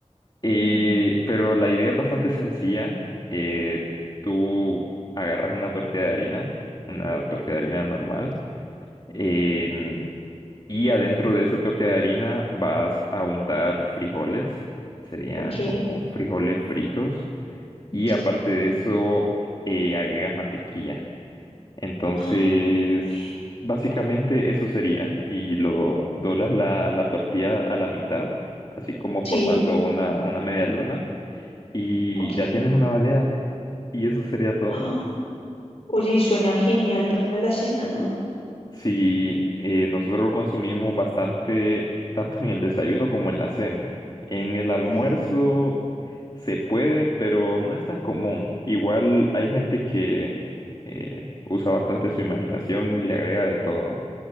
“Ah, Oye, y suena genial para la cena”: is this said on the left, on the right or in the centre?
Left